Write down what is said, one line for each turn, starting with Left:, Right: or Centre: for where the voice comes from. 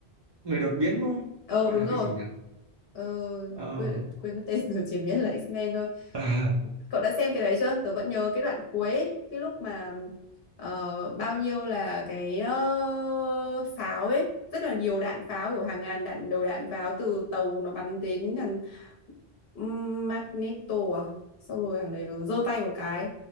Right: người đột biến đúng không?
Left: ờ
Right: Gọi
Left: đúng
Right: là
Left: rồi
Right: cái gì nhỉ?
Left: ờ,
Right: Ờ,
Left: quên quên mất tên rồi chỉ biết là X-Men thôi
Right: <laughs> à,
Left: cậu đã xem cái đấy chưa tớ vẫn nhớ cái đoạn cuối ấy, cái lúc mà ờ, bao nhiêu là cái ờ, pháo ấy rất là nhiều đạn pháo kiểu hàng ngàn đạn đầu đạn pháo từ tàu nó bắn đến thằng ừm, Magneto à xong rồi thằng đấy nó giơ tay một cái